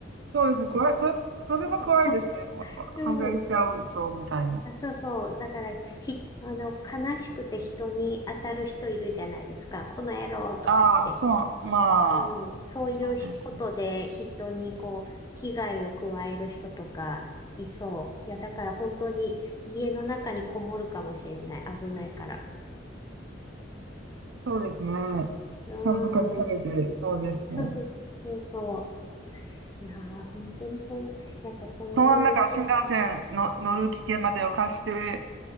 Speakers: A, on the right; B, on the left.
A: そうですね、
B: うん
A: 怖い、そ、それは怖いですね。
B: ここ
A: わ犯罪しちゃうぞ、
B: うん
A: みたいな。
B: あ、<laughs> そうそう。だから、ひ、あの、悲しくて人に当たる人いるじゃないですか。この野郎とか言って。
A: ああ、そう、まあ、
B: うん、そういうことで人にこう危害を加える人とかいそう。
A: そうですね。
B: いや、だから本当に家の中にこもるかもしれない。危ないから。
A: そうですね。
B: うん。
A: ちゃんと鍵かけて、そうですね。
B: そうそうそうそう。いやー、本当にそんな、なんかそういうふうに、
A: そのなんか新幹線の乗る危険までを貸して、